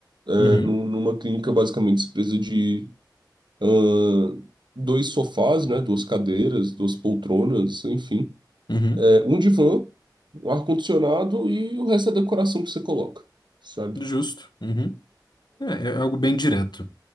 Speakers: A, on the right; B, on the left.
A: É,
B: Uhum,
A: num- numa clínica, basicamente, você precisa de ahn, dois sofás, né? Duas cadeiras, duas poltronas, enfim.
B: uhum,
A: É, um divã, um ar-condicionado e o resto é decoração que você coloca, sabe?
B: justo. Uhum. É, é algo bem direto,